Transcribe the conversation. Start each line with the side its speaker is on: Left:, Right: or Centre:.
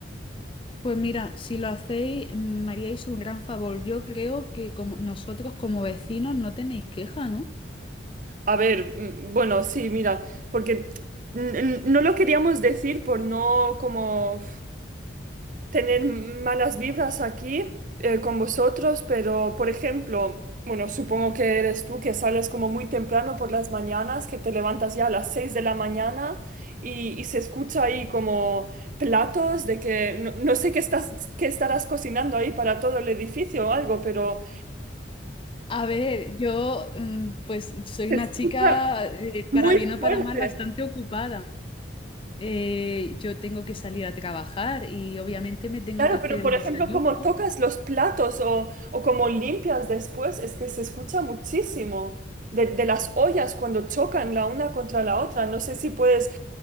Left: Pues mira, si lo hacéis, mm, me haríais un gran favor. Yo creo que como nosotros como vecinos no tenéis queja, ¿no?
Right: A ver, mm, bueno, sí, mira, porque mm, mm, no lo queríamos decir por no como tener malas vibras aquí eh, con vosotros, pero por ejemplo, bueno, supongo que eres tú que sales como muy temprano por las mañanas, que te levantas ya a las 6 de la mañana y, y se escucha ahí como platos de que no, no sé qué estás, qué estarás cocinando ahí para todo el edificio o algo, pero
Left: A ver, yo mm, pues soy
Right: se
Left: una
Right: escucha
Left: chica, eh,
Right: muy
Left: para bien o
Right: fuerte.
Left: para mal, bastante ocupada. Eh, yo tengo que salir a trabajar y obviamente me tengo
Right: Claro,
Left: que hacer
Right: pero
Left: el
Right: por
Left: desayuno.
Right: ejemplo, como tocas los platos o, o como limpias después, es que se escucha muchísimo de, de las ollas cuando chocan la una contra la otra. No sé si puedes,